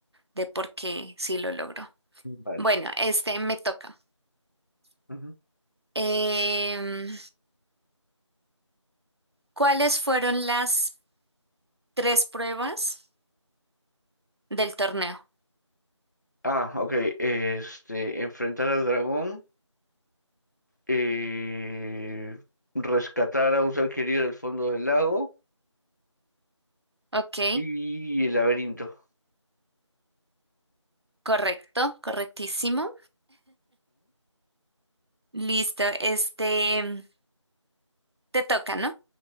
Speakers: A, on the right (about 55°); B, on the left (about 35°).
A: de por qué sí lo logró.
B: vale.
A: Bueno, este me toca.
B: Ujú.
A: Em, ¿cuáles fueron las tres pruebas del torneo?
B: Ah, ok. Este, enfrentar al dragón, eh, rescatar a un ser querido del fondo del lago
A: Ok,
B: y el laberinto.
A: correcto, correctísimo. Listo, este te toca, ¿no?